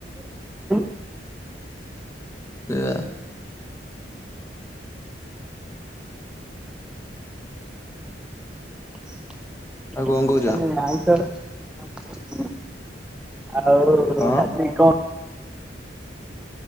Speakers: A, in the centre; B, on the left.
A: <unintelligible>
B: ତେ ଆ
A: <unintelligible>
B: ଆଉ କଣ କହୁଛ?
A: ଆଉ
B: କଣ?
A: ରାତିକି କଣ